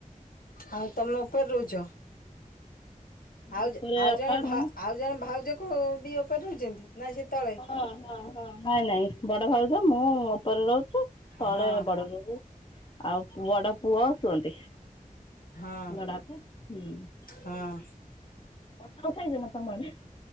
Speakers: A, on the left; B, on the left.
A: ଆଉ ତମ ଉପରେ ରହୁଛ। ଆଉ
B: ଉପରେ
A: ଆଉ
B: ଅପା
A: ଜଣେ ଭ
B: ମୁଁ
A: ଆଉ। ଜଣେ ଭାଉଜ କୁ ବି ଉପରେ ରହୁଛନ୍ତି ନାଁ ସେ ତଳେ।
B: ହଁ ହଁ ହଁ ନାଇଁ ନାଇଁ ବଡ ଭାଉଛ ମୁଁ ଉପରେ ରହୁଛୁ ତଳେ
A: ହଁ
B: ବଡ <unintelligible> ଆଉ ବଡ ପୁଅ ଶୁଅନ୍ତି।
A: ହଁ
B: ବଡାପା ହୁଁ
A: ହଁ
B: ବର୍ଷା ହଉଚିନା ତମ ଆଡ।